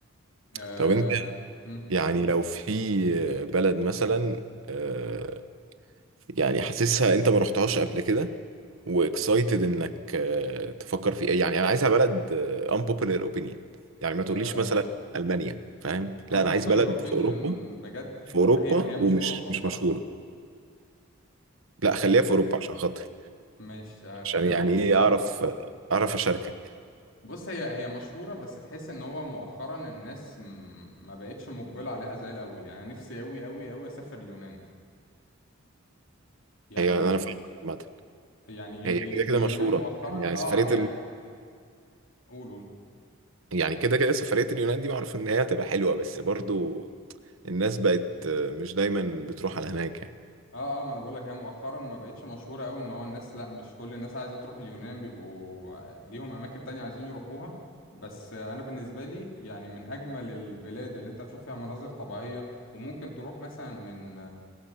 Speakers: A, on the left; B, on the right.
A: آه
B: طب انت
A: هم
B: يعني لو في بلد مثلا آه، يعني حاسسها انت ما رحتهاش قبل كده واكسايتد انك آه، تفكر في ايه، يعني انا عايزها بلد آه، unpopular opinion يعني ما تقوليش
A: آه
B: مثلا ألمانيا فاهم لا
A: unpopular
B: انا عايز بلد
A: opinion
B: في اوروبا
A: بجد لا،
B: في اوروبا
A: هي هي
B: ومش
A: مش في اوروبا
B: مش
A: بصراحة
B: مشهورة لا خليها
A: يعني
B: في اوروبا عشان خاطري
A: مش هخليها
B: عشان يعني
A: في اوروبا
B: ايه اعرف اعرف اشاركك
A: بص هي هي مشهورة بس تحس ان هو مؤخرا الناس م- ما بقتش مقبلة عليها زي الاول يعني أنا نفسي اوي اوي اوي اسافر اليونان يعني
B: هي
A: ال...
B: انا فاهم عامة
A: يعني ال...
B: هي كده
A: ال... اليونان
B: كده مشهورة
A: مؤخرا
B: يعني يعني
A: اه
B: سفرية
A: هي قول قول
B: يعني كده كده سفرية اليونان دي معروف إن هي هتبقى حلوة بس برضو الناس بقت مش دايما بتروح على هناك يعني
A: اه اه ما انا بقولك هي مؤخرا ما بقتش مشهوره قوي ان هو الناس لا مش كل الناس عايزه تروح اليونان بيبقوا ليهم اماكن تانية عايزين يروحوها بس انا بالنسبه لي يعني من اجمل البلاد اللي انت هتشوف فيها مناظر طبيعيه وممكن تروح مثلا من